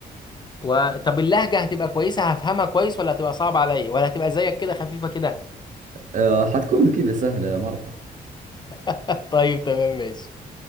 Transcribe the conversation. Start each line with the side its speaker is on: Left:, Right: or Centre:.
Left: و... طب اللهجه هتبقى كويسه هفهمها كويس ولا هتبقى صعبه عليا ولا هتبقى زيك كده خفيفه كده
Right: آه، حتكون كذا سهلة مرة
Left: <laughs> طيب تمام ماشي